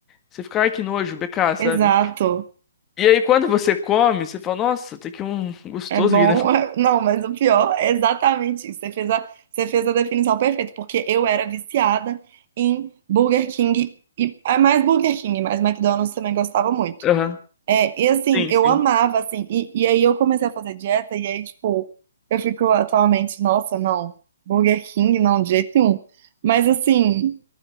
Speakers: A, on the left; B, on the right.
A: você fica, ai que nojo, BK, sabe?
B: exato,
A: E aí quando você come, você fala, nossa, tem aqui um gostoso
B: é bom.
A: aqui, né?
B: <laughs> Não, mas o pior é exatamente isso. Você fez a, você fez a definição perfeita, porque eu era viciada em Burger King e é mais Burger King, mas McDonald's também gostava muito.
A: Aham.
B: É, e assim,
A: Sim,
B: eu
A: sim.
B: amava, assim, e, e aí eu comecei a fazer dieta, e aí, tipo, eu fico atualmente, nossa, não, Burger King, não, de jeito nenhum. Mas assim,